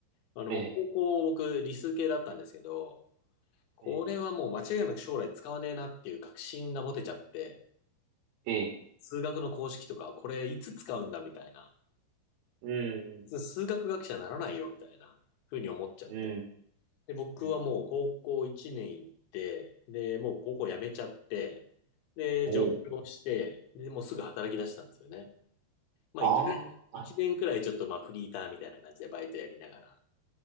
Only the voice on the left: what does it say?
あのもう高校僕理数系だったんですけど、
これはもう間違いなく将来使わねえなっていう確信が持てちゃって、
数学の公式とかこれいつ使うんだみたいな、
数学学者にならないよみたいな風に思っちゃって、
で、僕はもう高校1年行って、
で、もう高校辞めちゃって、で、
上京して、で、もうすぐ働き出したんですよね。まあ1年、
一年くらいちょっとまあフリーターみたいな感じでバイトやりながら。